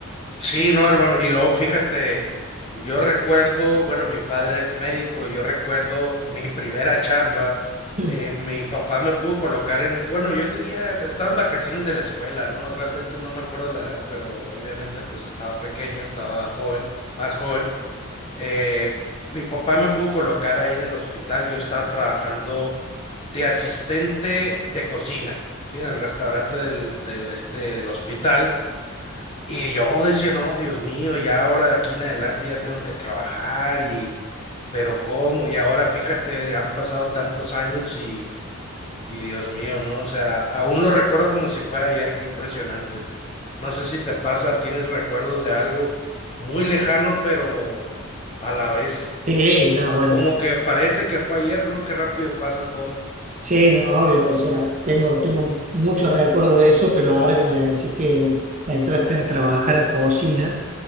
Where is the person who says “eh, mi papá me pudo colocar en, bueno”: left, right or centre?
Left